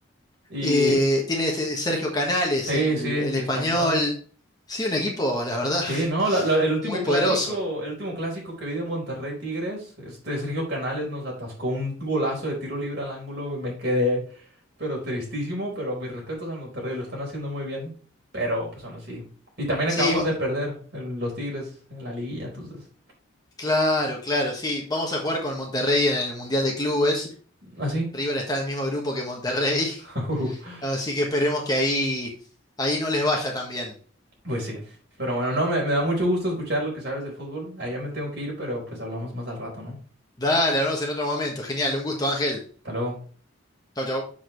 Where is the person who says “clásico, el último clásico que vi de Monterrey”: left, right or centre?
Right